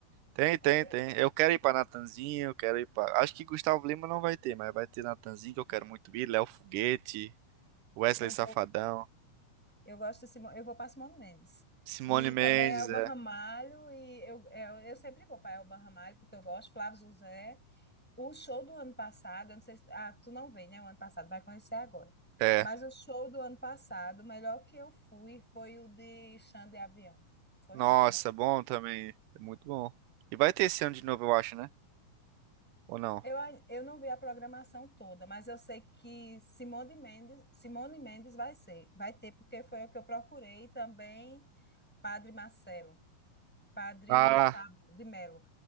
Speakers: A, on the right; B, in the centre.
A: tem, tem,
B: É,
A: tem. Eu quero ir pra Natanzinho, eu quero ir pra. Acho que Gustavo Lima não vai ter, mas vai ter Natanzinho que eu quero muito ir, Léo Foguete, Wesley
B: eu
A: Safadão.
B: vou, eu gosto de Simão, eu vou para Simone Mendes.
A: Simone
B: E
A: Mendes,
B: também Elba
A: é.
B: Ramalho, e eu, eu, eu sempre vou para Elba Ramalho, porque eu gosto, Flávio José. O show do ano passado, eu não sei se, ah, tu não vê, né? O ano passado, vai conhecer agora.
A: É.
B: Mas o show do ano passado, o melhor que eu fui foi o de Xande Avião. Foi
A: Nossa,
B: ótimo.
A: bom também. É muito bom. E vai ter esse ano de novo, eu acho, né? Ou não?
B: Eu, ai- eu não vi a programação toda, mas eu sei que Simone Mendes, Simone Mendes vai ser, vai ter, porque foi o que eu procurei, e também Padre Marcelo, Padre
A: Ah,
B: Fábio de Melo,